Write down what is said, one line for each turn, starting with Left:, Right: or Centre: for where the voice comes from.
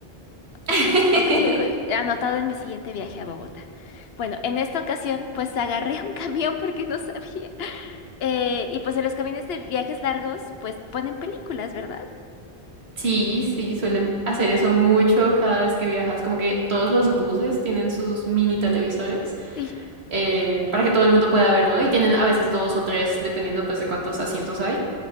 Left: Ok,
Right: <laughs>
Left: ok, eh, anotado en mi siguiente viaje a Bogotá. Bueno, en esta ocasión, pues agarré un <laughs> camión porque no sabía. <laughs> Eh, y pues en los camiones de viajes largos, pues ponen películas, ¿verdad?
Right: Sí, sí, suelen hacer eso mucho cada vez que viajas. Como que todos los buses tienen sus mini televisores
Left: Sí,
Right: eh, para que todo el mundo pueda ver, ¿no? Y tienen a veces dos o tres, dependiendo pues de cuántos asientos hay.